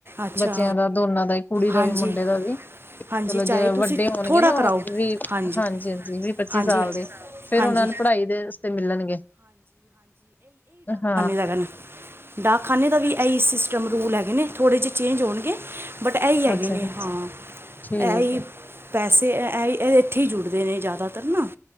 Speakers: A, on the right; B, on the left.
A: ਅੱਛਾ
B: ਬੱਚਿਆਂ ਦਾ ਦੋਨਾਂ ਦਾ ਈ ਕੁੜੀ ਦਾ
A: ਹਾਂਜੀ
B: ਵੀ ਮੁੰਡੇ ਦਾ ਵੀ
A: ਹਾਂਜੀ
B: ਚਲੋ
A: ਚਾਹੇ
B: ਜੇ
A: ਤੁਸੀਂ
B: ਵੱਡੇ ਹੋਣਗੇ
A: ਥੋੜਾ
B: ਨਾ ਉਹ
A: ਕਰਾਓ
B: ਵੀਹ,
A: ਹਾਂਜੀ
B: ਹਾਂਜੀ-ਹਾਂਜੀ ਵੀਹ- ਪੱਚੀ
A: ਹਾਂਜੀ
B: ਸਾਲ ਦੇ ਫੇਰ
A: ਹਾਂਜੀ
B: ਉਹਨਾਂ ਨੂੰ ਪੜ੍ਹਾਈ ਬੈਸ ਤੇ ਮਿਲਣਗੇ ਅਹਾਂ।
A: <unintelligible> ਡਾਕ ਖਾਨੇ ਦਾ ਵੀ ਐਈ ਸਿਸਟਮ ਰੂਲ ਹੈਗੇ, ਥੋੜ੍ਹੇ ਜਿਹੇ ਚੇਂਜ ਹੋਣਗੇ। ਬਟ ਇਹੀ ਹੈਗੇ
B: ਅੱਛਾ
A: ਨੈ
B: ਜੀ
A: ਹਾਂ,
B: ਠੀਕ
A: ਇਹੀ
B: ਹੈ
A: ਪੈਸੇ ਅਅ ਐ ਇੱਥੇ ਹੀ ਜੁੜਦੇ ਨੇ ਜ਼ਿਆਦਾਤਰ ਨਾ